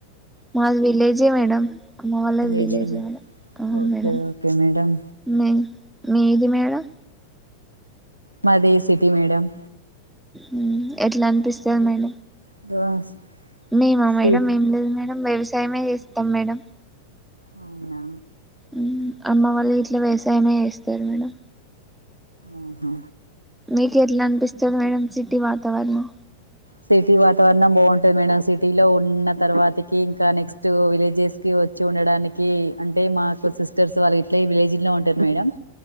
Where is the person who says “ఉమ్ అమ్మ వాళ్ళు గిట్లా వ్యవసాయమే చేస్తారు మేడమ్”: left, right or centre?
Centre